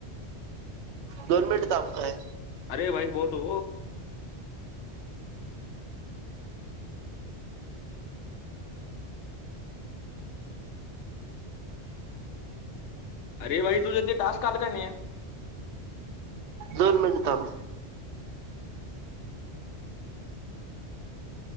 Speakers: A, on the right; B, on the left.
A: दोन मिनिटं थांब काय.
B: अरे भाई बोलो. अरे भाई तुझं ते टास्क आलं का नाही.
A: दोन मिनिट थांब.